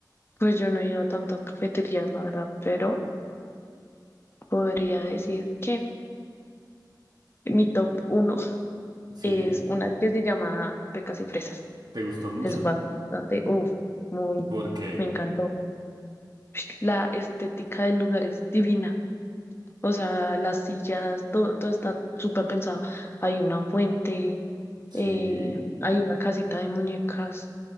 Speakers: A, on the left; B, on the right.
A: Pues yo no he ido a tantas cafeterías, la verdad, pero podría decir que mi top uno <laughs>
B: Sí.
A: es una que se llama Pecas y Fresas.
B: ¿Te gustó mucho?
A: Es bastante, uff, muy,
B: ¿Por qué?
A: me encantó. <sniffs> La estética del lugar es divina. O sea, las sillas, todo, todo está súper pensado. Hay una fuente,
B: Sí.
A: eh, hay una casita de muñecas,